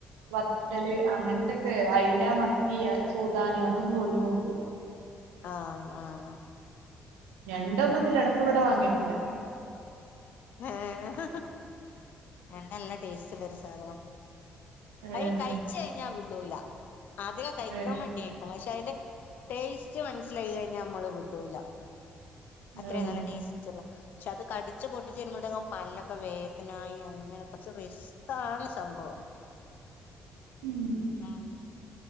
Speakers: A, on the right (about 70°); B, on the left (about 55°).
A: വത്തല് അങ്ങനത്തെക്കെ. അയല മത്തി സൂദാന് അതൊന്നും ഒരു കൂട്ടുലാ
B: ആഹ് ആഹ്
A: ഞണ്ടൊന്നും ഇതിലെ എടക്ക് ഇവിടെ വാങ്ങിയിട്ടില്ല
B: ഏഹ് എണ്ണ എല്ലാ ടേസ്റ്റ്ള്ള ഒരു സാധന
A: ഏഹ്
B: അയി കഴിച്ചഴിഞ്ഞാ വിടൂല അതിക കഴിക്കാൻമടി
A: ഏഹ്
B: <unintelligible> ക്ഷെ അതിന്റെ ടേസ്റ്റ് മനസ്സിലായി കഴിഞ്ഞാൽ നമ്മള് വിടൂല അത്രയും
A: ഏഹ്
B: നല്ല ട്ടേസ്റ്റ് ച്ചതാ പക്ഷെ കടിച്ച് പൊട്ടിച് വരുമ്പഴേങ്കും പല്ലൊക്കെ വേദനായി അങ്ങനെ കുറച്ച്റിസ് ക്കാണ് സംഭവം
A: മം
B: ഉം